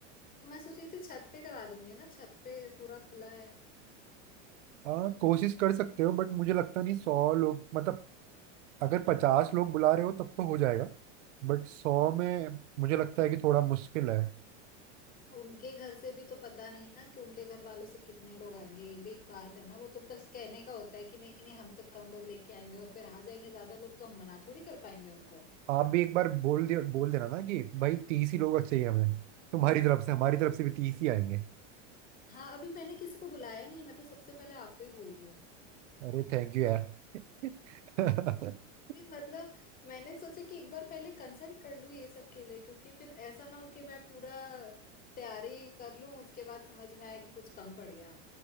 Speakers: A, on the left; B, on the right.
A: तो मैं सोच रही थी छत पे करा दूंगी ना छत पे पूरा खुला है
B: हाँ कोशिश कर सकते हो बट मुझे लगता नहीं सौ लोग मतलब अगर पचास लोग बुला रहे हो तब तो हो जाएगा बट सौ में मुझे लगता है कि थोड़ा मुश्किल है
A: उनके घर से भी तो पता नहीं ना कि उनके घर वालों से कितने लोग आएंगे ये भी एक बात है ना वो तो बस कहने का होता है कि नहीं नहीं हम तो कम लोग लेके आएंगे और फिर आ जाएंगे ज्यादा लोग तो हम मना थोड़ी कर पाएंगे उनको
B: आप भी एक बार बोल दिया बोल देना ना कि भाई तीस ही लोग चाहिए हमें तुम्हारी तरफ से हमारी तरफ से भी तीस ही आएंगे
A: हाँ अभी मैंने किसी को बुलाया नहीं है, मैं तो सबसे पहले आपको ही बोल रही हूँ
B: अरे थैंक यू यार <laughs>
A: नहीं, मतलब मैंने सोचा कि एक बार पहले कंसल्ट कर लूँ ये सब के लिए क्योंकि फिर ऐसा ना हो कि मैं पूरा तैयारी कर लूँ उसके बाद समझ में आया कि कुछ कम पड़ गया